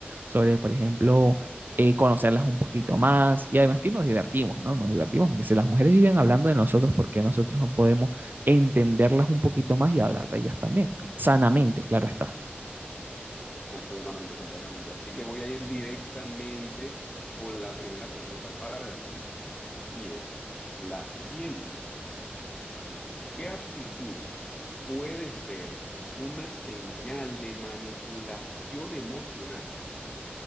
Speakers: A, on the right; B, on the left.
A: sobre, por ejemplo, eh, conocerlas un poquito más. Y además que nos divertimos, ¿no? Nos divertimos, porque si las mujeres viven hablando de nosotros, ¿por qué nosotros no podemos entenderlas un poquito más y hablar de ellas también? Sanamente, claro está.
B: completamente, completamente. Así que voy a ir directamente con la primera pregunta para ti y es la siguiente. ¿Qué actitud puede ser una señal de manipulación emocional?